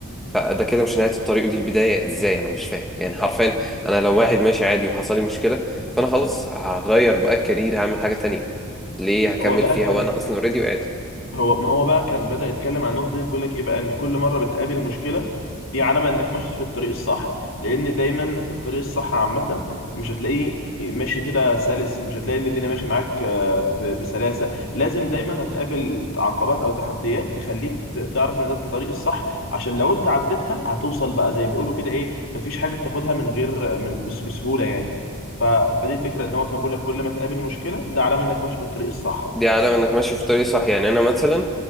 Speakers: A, in the centre; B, on the left.
A: فده كده مش نهاية الطريق ودي البداية ازاي انا مش فاهم يعني حرفيا انا لو واحد ماشي عادي وحصل لي مشكلة فانا خلاص هغير بقى الكارير هعمل حاجة تانية ليه هكمل
B: هو بقى
A: فيها
B: كان
A: وانا اصلا اوريدي وقعت
B: هو ما هو بقى كان بدأ يتكلم عن النقطة دي بيقول لك ايه بقى ان كل مرة بتقابل مشكلة دي علامة انك ماشي في الطريق الصح لان دايما الطريق الصح عامة مش هتلاقيه ماشي كده سلس مش هتلاقي ان الدنيا ماشية معاك آه، ب- بسلاسة لازم دايما هتقابل عقبات او تحديات تخليك ت- تعرف ان ده الطريق الصح عشان لو انت عديتها هتوصل بقى زي ما بيقولوا كده ايه مفيش حاجة بتاخدها من غير من بس- بسهولة يعني ف- فدي الفكرة ان هو كان بيقول لك كل ما تقابل مشكلة ده علامة انك ماشي في الطريق الصح
A: دي علامة انك ماشي في طريق صح يعني انا مثلا